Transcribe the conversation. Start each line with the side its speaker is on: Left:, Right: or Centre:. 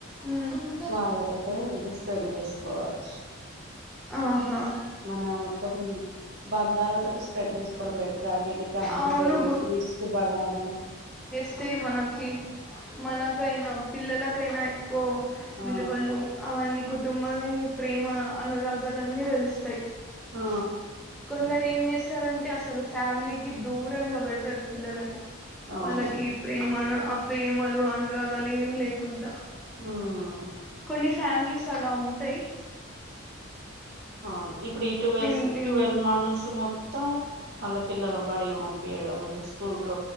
Centre: ఉమ్
Right: వాళ్ళతో స్పెండ్ చేసుకోవచ్చు
Centre: ఆహా
Right: మన మొత్తం బంధాల తడు స్పెండ్ చేసుకోవడం బట్టట ఇ క్యాంపుకి
Centre: అవును
Right: వెళ్ళసి రిస్క్ప డడం
Centre: వస్తే మనకి మనకైనా పిల్లలకైనా ఎ కో
Right: ఆ
Centre: విలువలు అవన్నీ కొట్ తుమ్మని ప్రేమ అనురాగాలన్నీ తేలుస్తాయి
Right: ఆ
Centre: కొందరు ఏం చేస్త సరంగ అంటే అసలు ఫ్యామిలీకి దూరంగా పెడతారు పిల్లలని
Right: అవును
Centre: వాళ్ళకి ప్రేమను ఆ ప్రేమలు అనురాగాలు ఏమి లేకుంటే
Right: ఉమ్
Centre: కొన్ని ఫ్యామిలీస్ చాలా ఉంటాయి
Right: అవును ఇప్పుడు ఈ టువెల్స్
Centre: నిన్ నిన్
Right: ట్వెల్వ్ మంత్స్ మొత్తం త్త మల పిల్లలంబడి పంపియడం ఇట్లా స్కూల్ కి